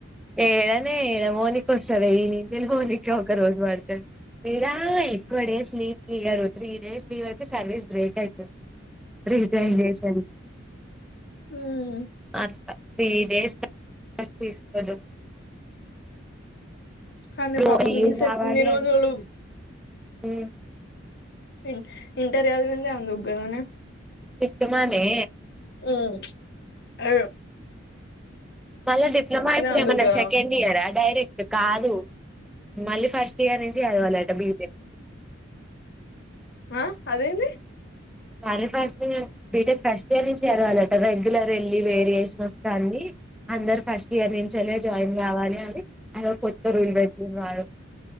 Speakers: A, in the centre; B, on the left (about 60°).
A: ఏళనే ఏడ పోనికి వస్తదే ఈ నింజేను మోనికి ఒక రోజు పడతాది ఇడా ఎక్కువ డేస్ లీవ్ తీయరు త్రీ డేస్ లీవ్ అయితే సర్వీస్ బ్రేక్ అయితది రిజైన్ చేసేయాలి
B: ఉమ్
A: అట్ట త్రీ డేస్ <unintelligible> తీసుకోరు
B: కానీ
A: ఇప్పుడు
B: పాపం
A: లీవ్
B: ఈ సెట్
A: కావాలి
B: ఇన్ని రోజులు
A: <inaudible> ఉ
B: ఇ ఇంటర్ చదివింది అందుకు కదా నే
A: తిట్టుమని
B: ఉ అది
A: మళ్ళ డిప్లమా అయిపోయిన
B: అందుకు
A: ఎమన
B: కదా
A: సెకండ్ ఇయర డై తిక్ కాదు మళ్ళీ ఫస్ట్ ఇయర్ నుంచి చదవాలట బీటెక్
B: ఆ అదేంది
A: మడ ఫ్యాషన్ బేటే ఫషన్ రి చేరవాలట రెగ్యులర్ వెళ్ళి వేరియేషన్స్ కాన్ని అందరు ఫస్ట్ ఇయర్ నుంచలే జాయిన్ కావాలి అని అద కొత్త రూల్ పెట్టింది వాళ్డ